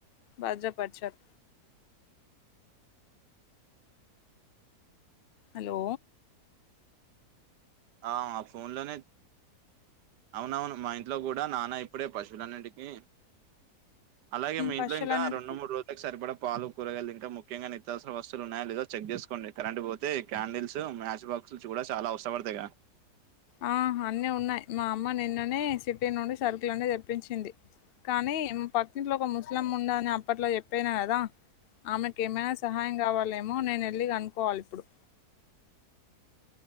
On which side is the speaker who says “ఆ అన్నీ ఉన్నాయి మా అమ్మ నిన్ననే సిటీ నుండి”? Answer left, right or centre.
Left